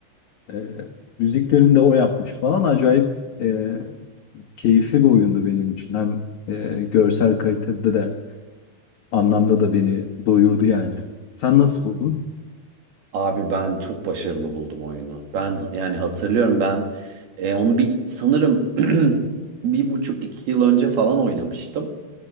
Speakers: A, on the left (about 85°); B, on the right (about 60°).
A: ee, müziklerini de o yapmış falan acayip e, keyifli bir oyundu benim için. Hem e, görsel kalitede de anlamda da beni doyurdu yani. Sen nasıl buldun?
B: Abi ben çok başarılı buldum oyunu. Ben yani hatırlıyorum ben e, onu bir sanırım <clears throat> bir buçuk iki yıl önce falan oynamıştım.